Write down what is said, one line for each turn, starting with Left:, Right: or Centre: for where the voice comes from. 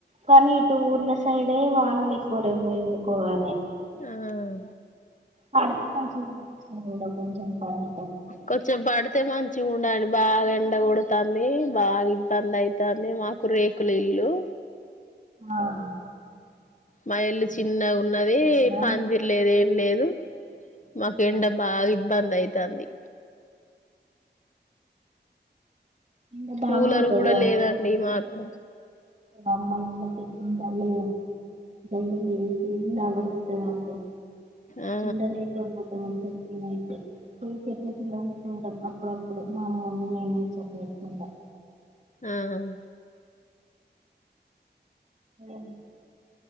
Right: కనీ ఇటు ఊర్ల సైడే వానలే. కూలి పోందు పోవనే
Left: ఆ
Right: పడుతనే మంచి. ఉండదు కొంచం పనే.
Left: కొంచెం పడితే మంచి ఉండాలి బాగా ఎండ కొడతుంది బాగా. పంద అయితంది మాకు రేకుల ఇల్లు.
Right: ఆహ్.
Left: మా ఇల్లు చిన్నగున్నది
Right: కదా
Left: పాందిర్ లేదు ఏం లేదు. మాకు
Right: ఆ,
Left: ఎండా బాగా ఇబ్బంది అయితంది.
Right: ఎండ బాగా
Left: కూలర్
Right: కొడతది
Left: కూడా
Right: కదా
Left: లేదండి మాకు.
Right: మా అమ్మోళ్ళీంట్లో ఉంది. దాంట్లో <unintelligible> లేవనిస్తది అండి
Left: ఆ
Right: ఉండలేకపోతున్నాను అసలు నేనైతే. పోయి చెట్ల కింద కూర్చుంటాం అప్పుడప్పుడు మా అమ్మ నేను పోసుతూ ఉంటా.
Left: ఆహ్.
Right: ఆహ్.